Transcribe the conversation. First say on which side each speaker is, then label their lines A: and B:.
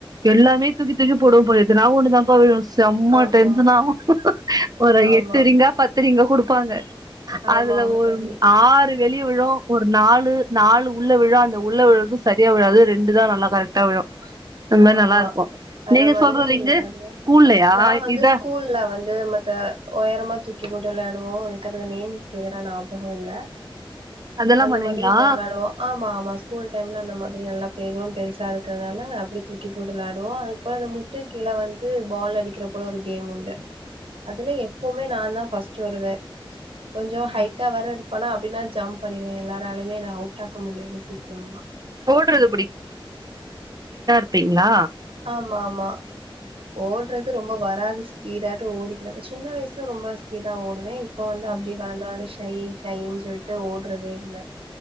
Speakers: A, on the right (about 45°); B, on the right (about 70°).
A: எல்லாமே தூக்கி தூக் கி போடுவோ பா ஏதுனா ஒன்னு தா பா விழும் செம்ம
B: ஆமா
A: டென்சன் ஆவு ஒரு
B: ஆமா
A: எட்டு
B: ஆமா ஆமா
A: ரிங்கா பத்து ரிங்கா கொடுப் இருப்பாங்க
B: ஆமா
A: அதுல
B: ஆமா
A: ஒரு
B: தோழி
A: ஆறு வெளியே விழு ஒரு நாலு நாலு உள்ள விழு அந்த உள்ள விழுறது சரியா விழாது ரெண்டு தா நல்ல கரெக்டா விழு அந்த மாரி
B: ஆமா
A: நல்லா இருக்கு
B: அந்த
A: நீங்க
B: மாதிரி
A: சொல்ற ரிங்கு
B: தா
A: ஸ்கூல்லயா
B: நா வந்து
A: இதா
B: ஸ்கூல்ல வந்து மத்த ஒயரமா தூக்கி போட்டு விளையாடுவோ அதுக்க நேம் கிளியரான ஞாபகோ இல்ல
A: அதெல்லா
B: அந்த
A: பண்ணுவீங்களா
B: மாதிரி விளாடுவோ ஆமா ஆமா ஸ்கூல் டைம்ல அந்த மாத் நல்லா பிளே கிரௌண்ட் பெருசா இருக்கறனால அப்படி தூக்கி போட்டு வெளாடுவோ அதுக்கு போல அந்த முட்டு கீழ வந்து பால் அடிக்கிற போல ஒரு கேம் உண்டு அதுல எப்போவுமே நாந்தா ஃபஸ்ட் வருவே கொஞ்சொ
A: ம்
B: ஹைட்டா வேற னா அப்படின்னா ஜம்ப் பண்ணிருவே எல்லாராலையுமே என்ன அவுட் ஆக்க முடியாது சீக்கிரமா
A: ஓடுறது அப்படிங்களா
B: ஆமாமா ஓடுறது ரொம்ப வராது ஸ்பீடாட்ட ஓடி நம்ம சின்ன வயசுல ரொம்ப ஸ்பீடா ஓடுவே இப்போ
A: ம்
B: வந்து அப்டி வளந்தனால ஷை ஷைன்னு சொல்லிட்டு ஓட்றதே இல்ல